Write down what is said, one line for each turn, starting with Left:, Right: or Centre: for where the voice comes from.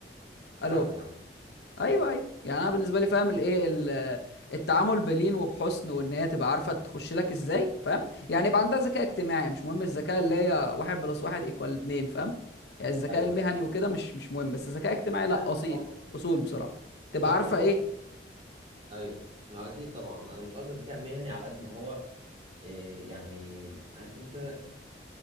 Left: الو
Right: فاهمك عم
Left: ايوه ايوه يعني انا بالنسبه لي فاهم الايه ال- التعامل بلين وبحسن وان هي تبقى عارفه تخش لك ازاي فاهم يعني يبقى عندها ذكاء اجتماعي مش مهم الذكاء اللي هي واحد بلس واحد ايكوال اتنين فاهم يعني الذكاء
Right: ايوه
Left: المهني وكده مش مش مهم بس الذكاء الاجتماعي لا
Right: لا مش
Left: اصيل
Right: هو
Left: اصول بصراحه تبقى
Right: هو انا
Left: عارفه
Right: مش قصدي
Left: ايه
Right: ايوه ما اكيد طبعا انا مش قصدي ذكاء مهني على قد ما هو إيه يعني عارف انت